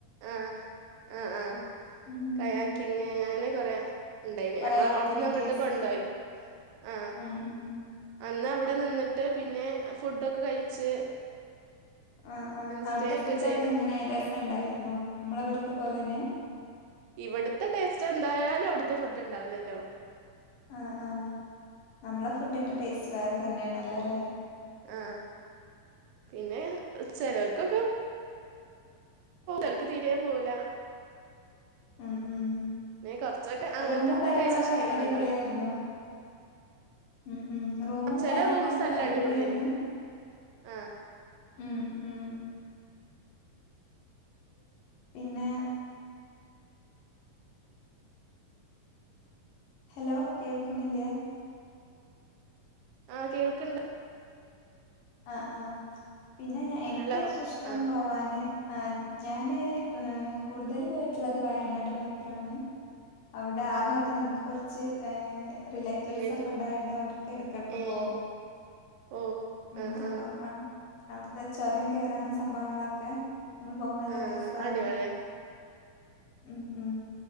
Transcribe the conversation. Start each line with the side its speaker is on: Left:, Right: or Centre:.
Right: ആ ആ ആ ആ
Left: ഉം, ഉം.
Right: കായാക്കിങ്ങ് അങ്ങനെക്കുറെ ഉണ്ടായിന്
Left: കുറേ
Right: ഞാങ്ങളാ
Left: ആക്ടിവിറ്റീസ്
Right: അവിടുന്ന് അങ്ങോട്ട് കൊണ്ടോയി ആ
Left: ഉം ഉം
Right: അന്ന് അവിടെ നിന്നിട്ട്പിന്നെ ഫുഡ്‌ ഒക്കെ കഴിച്ച്
Left: ആ ആ അവിടുത്തെ
Right: സ്റ്റേ
Left: ഫുഡ്‌
Right: ചെയ്ത്
Left: ഒക്കെ എങ്ങനെയാ രസണ്ടായിരുന്നോ നമ്മള് ഇവിടുത്തെ പോലെ തന്നെയാ
Right: ഇവിടുത്തെ ടേസ്റ്റ് എന്താലും അവിടുത്തെ ഫുഡിന് ഉണ്ടാവില്ലല്ലോ
Left: ആ ആ നമ്മൾടെ ഫുഡിന്റെ ടേസ്റ്റ് വേറെതന്നെയാണല്ലല്ലെ
Right: ആ പിന്നെ ചിലഓൽക്ക് ഒക്കെ എനിക്ക് തീരെ പോകില്ല
Left: ഉം ഉം
Right: കുറചോക്കെ അങ്ങനത്തെ
Left: റൂമും
Right: ഒട്ടും
Left: കാര്യങ്ങളൊക്കെ
Right: കഴിച്ച് ശീലഒന്നുമില്ല
Left: അടിപൊളിയായിരുന്നോ ഉം ഉം റൂമും
Right: ചെല
Left: കാര്യങ്ങളൊക്കെ
Right: റൂംസ് എല്ലാ
Left: അടിപൊളിയായിരുന്നു
Right: അടിപൊളിയന് ആ
Left: ഉം ഉം പിന്നെ ഹലോ കേൾക്കുന്നില്ലേ -
Right: ആ കേൾക്കിണ്ട്
Left: ആ ആ പിന്നെ ഞാ എനിക്ക്ഏറ്റവും
Right: ഹലോ
Left: ഇഷ്ടം
Right: ആഹ്
Left: പോവന് ആഹ് ഞാനെ കൂടുതല് പോയിട്ടുള്ളത് വയനാട് മാത്രാണ് അവിടെ ആ
Right: ആഹ്
Left: ഭാത്ത് നമക്ക് കൊർ ച്ച് ഏഹ് റിലേറ്റിവ്സൊക്കെ
Right: റിലേറ്റ്
Left: ഉണ്ടായൊണ്ട് അവട്ക്ക് എട്ക്കട്ക്ക്
Right: ഏഹ്
Left: പോവും
Right: ഓ
Left: ഉം
Right: ആഹ്
Left: അപ്പം
Right: ആഹ്
Left: അൻ അവിട്ത്തെ ചൊരം കേറാനും സംഭാവങ്ങളൊക്കെ നമ്മള് പോകുമ്പോ നല്ല
Right: ആഹ്
Left: രസാണ്
Right: അടിപൊളിയ
Left: ഉം ഉം